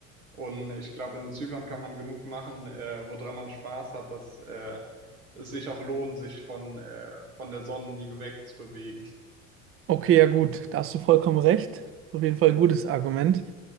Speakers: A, on the right; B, on the right.
A: Und ich glaube, in Zypern kann man genug machen, äh, woran man Spaß hat, dass äh, es sich auch lohnt, sich von, äh, von der Sonnenliege wegzubewegen.
B: Okay, ja gut, da hast du vollkommen recht. Ist auf jeden Fall ein gutes Argument.